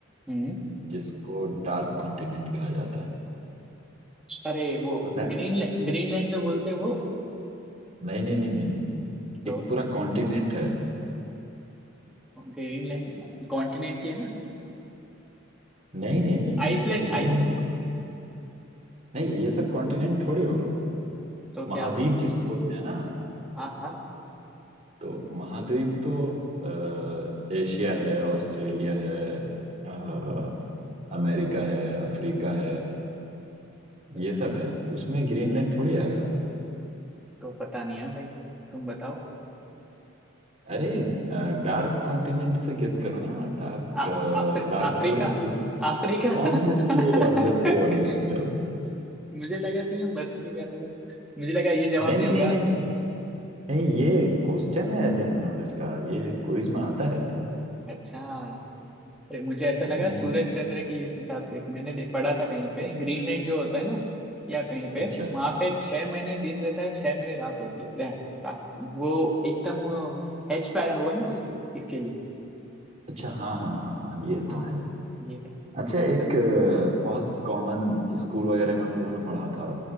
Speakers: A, in the centre; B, on the right (about 35°).
A: हम्म
B: जिसको डार्क कॉन्टिनेंट कहा जाता है
A: अरे वो
B: पता है
A: ग्रीनलैंड ग्रीनलैंड जो बोलते हैं वो
B: नहीं नहीं नहीं नहीं नहीं।
A: तो
B: एक पूरा कॉन्टिनेंट है
A: ग्रीनलैंड कॉन्टिनेंट ही है ना
B: नहीं नहीं नहीं नहीं
A: Iceland
B: नहीं ग्रीनलैंड
A: Iceland
B: कौन- नहीं ये सब कॉन्टिनेंट थोड़ी होगा
A: तो
B: महाद्वीप
A: क्या होगा
B: जिसको बोलते हैं ना
A: हाँ हाँ
B: तो महाद्वीप तो अ, एशिया है ऑस्ट्रेलिया है अ, अमेरिका है अफ्रीका है
A: तो,
B: ये सब है उसमें ग्रीनलैंड थोड़ी आएगा
A: तो पता नहीं है भाई तुम बताओ
B: अरे डार्क कॉन्टिनेंट से गेस करो ना डार्क
A: आ, आफ्र,
B: डार्क
A: अफ्रीका
B: कलर ही कर लो
A: अफ्रीका <laughs>
B: Obviously obviously obviously obviously
A: मुझे लगा तुम यहाँ मस्ती कर रहे हो मुझे लगा ये जवाब
B: नहीं
A: नहीं
B: नहीं
A: होगा
B: नहीं नहीं नहीं नहीं, ये क्वेश्चन है जनरल नॉलेज का ये क्विज में आता है
A: अच्छा अरे मुझे ऐसा
B: हम्म,
A: लगा सूरज चंद्र की इस हिसाब से मैंने दे- पढ़ा था कहीं पे ग्रीनलैंड जो होता है ना या कहीं पे
B: अच्छा
A: वहां पे छह महीने दिन रहता है और छह महीने रात होती है अह, ता- वो एकदम वो एच पे आया हुआ है ना उसके इसके लिए
B: अच्छा हाँ हाँ हाँ हाँ ये
A: हाँ
B: तो है
A: ये था
B: अच्छा एक
A: चलो
B: अ, बहुत कॉमन स्कूल वगैरह में हम लोगों ने पढ़ा था